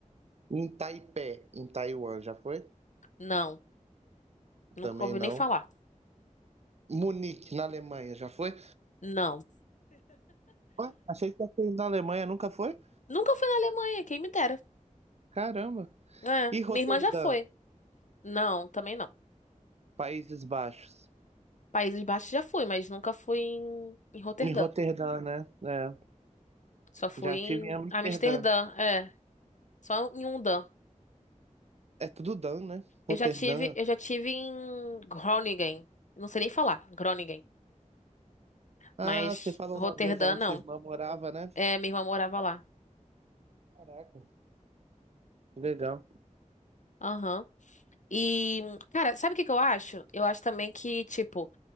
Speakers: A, on the right; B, on the left.
A: Em Taipei, em Taiwan, já foi?
B: Não, nunca
A: Também
B: ouvi
A: não.
B: nem falar.
A: Munique, na Alemanha, já foi?
B: Não.
A: Ué, achei que você na Alemanha nunca foi?
B: Nunca fui na Alemanha, quem me dera.
A: Caramba.
B: É,
A: E Roterdã,
B: minha irmã já foi. Não, também não.
A: Países Baixos?
B: Países Baixos já fui, mas nunca fui em, em Roterdã.
A: Em Roterdã, né? É,
B: Só fui
A: já
B: em
A: estive em Amsterdã.
B: Amsterdã, é. Só em Undan.
A: É tudo Dan, né? Roterdã.
B: Eu já tive, eu já tive em Groningen. Não sei nem falar, Groningen.
A: Ah,
B: Mas
A: você falou
B: Roterdã,
A: uma vez, é onde
B: não.
A: sua irmã morava, né?
B: É, minha irmã morava lá.
A: Caraca, que legal.
B: Aham. E, cara, sabe o que que eu acho? Eu acho também que, tipo,